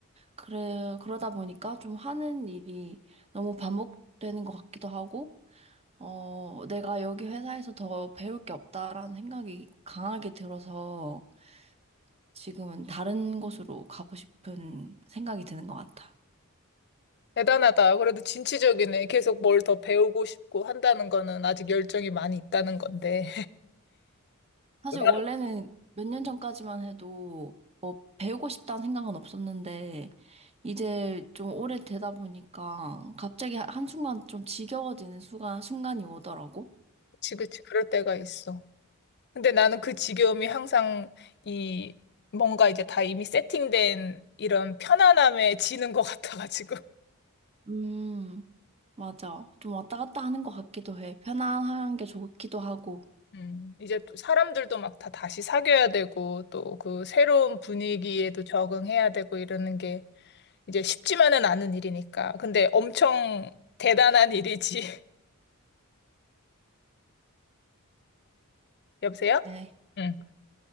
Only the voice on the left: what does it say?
대단하다. 그래도 진취적이네. 계속 뭘 더 배우고 싶고 한다는 거는 아직 열정이 많이 있다는 건데. <laughs>
나도
그치, 그치. 그럴 때가 있어. 근데 나는 그 지겨움이 항상 이 뭔가 이제 다 이미 세팅된 이런 편안함에 지는 것 같아가지고.
<laughs> 음, 이제 또 사람들도 막 다 다시 사귀어야 되고 또 그 새로운 분위기에도 적응해야 되고 이러는 게 이제 쉽지만은 않은 일이니까. 근데 엄청 대단한 일이지. <laughs> 여보세요?
응.